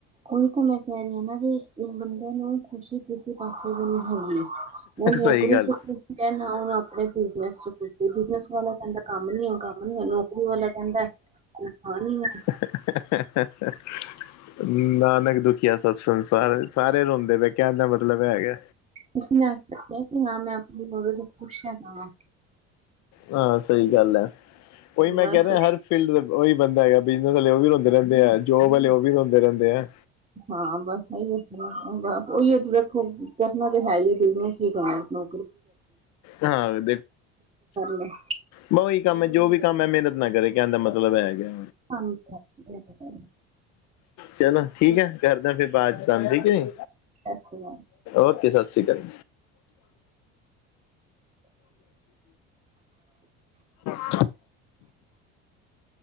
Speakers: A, on the right; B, on the left.
A: ਓਈ ਤਾਂ ਮੈਂ ਕੈਰੀ ਆ ਨਾ, ਵੀ ਬੰਦੇ ਨੂੰ ਖੁਸ਼ੀ ਪਾਸੇ ਵੀ ਨੀ ਹੈਗੀ, ਓ
B: ਸਹੀ
A: ਨੋਕਰੀ
B: ਗੱਲ
A: ਸ਼ੋਕਰੀ ਕੈ ਨਾ ਓਨਾ ਆਪਨੇ ਬਿਜਨਸ <unintelligible> ਬਿਜਨਸ ਵਾਲਾ ਕੈਂਦਾ ਕੰਮ ਨੀ ਐ, ਕੰਮ ਨੀ ਨੋਕਰੀ ਵਾਲਾ ਕੈਂਦਾ ਤਨਖਾਹ ਨੀ ਐ।
B: <unintelligible> ਨਾਨਕ ਦੁਖੀਆ ਸਭ ਸੰਸਾਰ, ਸਾਰੇ ਰੋਂਦੇ ਪੇ ਕੈਨ ਦਾ ਮਤਲਬ ਐ ਹੈਗਾ।
A: <unintelligible>
B: ਹਾਂ ਸਈ ਗੱਲ ਐ, ਓਈ ਮੈਂ
A: ਬਸ
B: ਕੈ ਰੇਆ ਹਰ ਫੀਲਡ ਦਾ ਓਈ ਬੰਦਾ ਹੈਗਾ, ਬਿਜਨਸ ਆਲੇ ਓ ਵੀ ਰੋਂਦੇ ਰੈਂਦੇ ਆ, ਜੋਬ ਆਲੇ ਓ ਵੀ ਰੋਂਦੇ ਰੈਂਦੇ ਐ।
A: ਹਾਂ ਬਾੱਸ ਐਈਓ <unintelligible> ਓਈਯੋ ਵੇਖੋ ਕਰਨਾ ਤੇ ਹੈਈ ਏ ਬਿਜਨਸ ਵੀ ਕਾੱਰ‌ ਮ
B: ਹਾਂ
A: <unintelligible>
B: ਬਾ ਓਈ ਕਾੰਮ ਏ ਜੋ ਵੀ ਕੰਮ ਏ ਮੇਨਤ ਨਾ ਕਰੇ ਕੈਨ ਦਾ ਮਤਲਬ ਐ ਹੈਗਾ।
A: ਹਾਂਜੀ <unintelligible>
B: ਚਲੋ ਠੀਕ ਐ, ਕਰਦਾ ਫੇਰ ਬਾਦ ਚ ਤੋਆਨ ਠੀਕ ਏ।
A: ਅੱਛਾ।
B: ਓਕੇ, ਸਾਸੀ ਕਾਲ। <unintelligible>